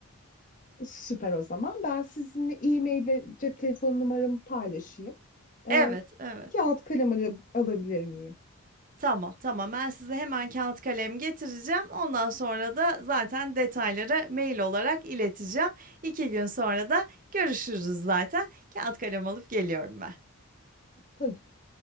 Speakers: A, on the left; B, on the right.
A: Süper o zaman. Ben sizinle e-mail ve cep telefonu numaramı paylaşayım. E,
B: Evet, evet.
A: kağıt kalem al- alabilir miyim?
B: Tamam, tamam. Ben size hemen kâğıt kalem getireceğim. Ondan sonra da zaten detayları mail olarak ileteceğim. İki gün sonra da görüşürüz zaten. Kâğıt kalem alıp geliyorum ben.
A: Tabii.